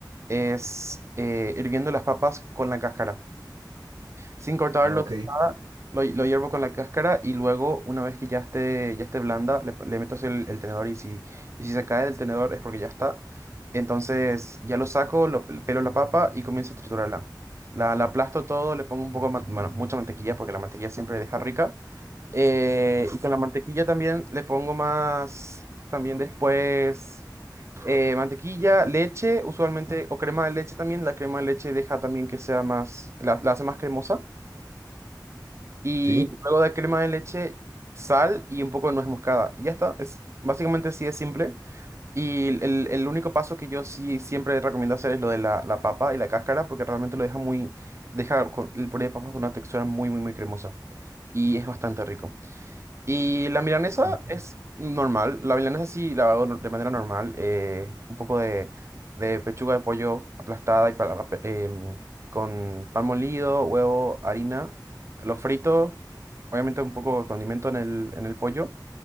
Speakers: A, on the right; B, on the right.
A: es eh, hirviendo las papas con la cáscara. Sin cortarlo,
B: Ah, ok,
A: sin nada, lo, lo hiervo con la cáscara y luego, una vez que ya esté, ya esté blanda, le, le meto hacia el, el tenedor y si, y si se cae del tenedor es porque ya está. Entonces ya lo saco, lo, pelo la papa y comienzo a triturarla. La, la aplasto todo, le pongo un poco, de man- bueno, mucha mantequilla porque la mantequilla siempre deja rica. Eh, y con la mantequilla también le pongo más, también después, eh, mantequilla, leche, usualmente, o crema de leche también. La crema de leche deja también que sea más, la la hace más cremosa. Y
B: sí.
A: luego de crema de leche, sal y un poco de nuez moscada. Y ya está. Es, básicamente sí es simple. Y el, el único paso que yo sí siempre recomiendo hacer es lo de la, la papa y la cáscara, porque realmente lo deja muy, deja con- el puré de papas con una textura muy, muy, muy cremosa. Y es bastante rico. Y la milanesa
B: Ok.
A: es normal. La milanesa sí la hago no- de manera normal. eh, un poco de, de pechuga de pollo aplastada y para- pa- em, con pan molido, huevo, harina. Lo frito, obviamente un poco de condimento en el, en el pollo.